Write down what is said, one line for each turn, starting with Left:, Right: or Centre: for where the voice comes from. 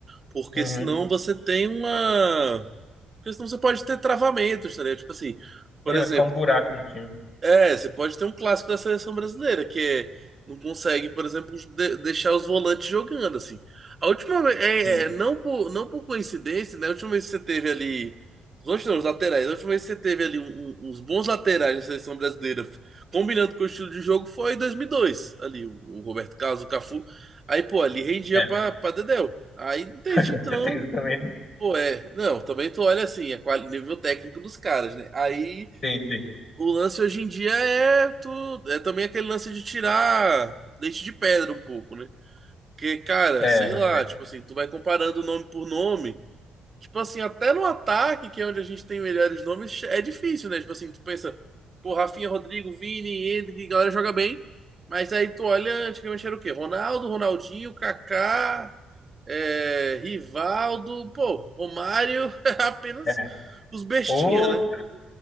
Right: Porque
Left: Uhum.
Right: senão você tem uma. Porque senão você pode ter travamentos, tá ligado? Tipo assim, por
Left: É,
Right: exemplo,
Left: vai ficar um buraco no time.
Right: É, você pode ter um clássico da seleção brasileira, que é, não consegue, por exemplo, de- deixar os volantes jogando, assim. A última vez, é,
Left: Sim.
Right: é, não por, não por coincidência, né? A última vez que você teve ali. Os outros não, os laterais. A última vez que você teve ali um- um- uns bons laterais na seleção brasileira, f- combinando com o estilo de jogo, foi em 2002, Ali, o, o Roberto Carlos, o Cafu. Aí, pô, ali rendia
Left: É,
Right: pra, pra Dedéu. Aí, desde
Left: <laughs> com
Right: então,
Left: certeza também.
Right: pô, é. Não, também tu olha assim, é qual, nível técnico dos caras, né? Aí.
Left: Entendi.
Right: O lance hoje em dia é, tu, é também aquele lance de tirar leite de pedra um pouco, né? Porque, cara,
Left: É,
Right: sei
Left: verdade.
Right: lá, tipo assim, tu vai comparando nome por nome. Tipo assim, até no ataque, que é onde a gente tem melhores nomes, é difícil, né? Tipo assim, tu pensa, pô, Rafinha, Rodrigo, Vini, Endrick, a galera joga bem. Mas aí tu olha, antigamente era o quê? Ronaldo, Ronaldinho, Kaká, é, Rivaldo, pô, Romário, <laughs> apenas
Left: É.
Right: os bestinha,
Left: Outro,
Right: né?